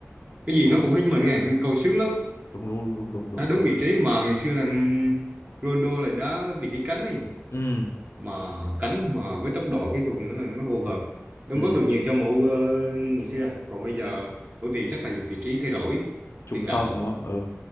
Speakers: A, on the right; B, on the left.
A: cái gì
B: đúng
A: nó cũng hết mình nghe, câu sướng lắm.
B: đúng đúng đúng đúng đúng
A: Đá đúng
B: đúng
A: vị trí mà ngày xưa là ừm, Ronaldo là đá vị trí cánh ấy
B: ừ
A: mà cánh mà với tốc độ kỹ thuật nữa là nó phù hợp đóng
B: ừ
A: góp được nhiều cho MU ờ, ngày xưa còn bây giờ bởi vì chắc là vị trí thay đổi
B: trung
A: tiền đạo
B: phong đúng không ừ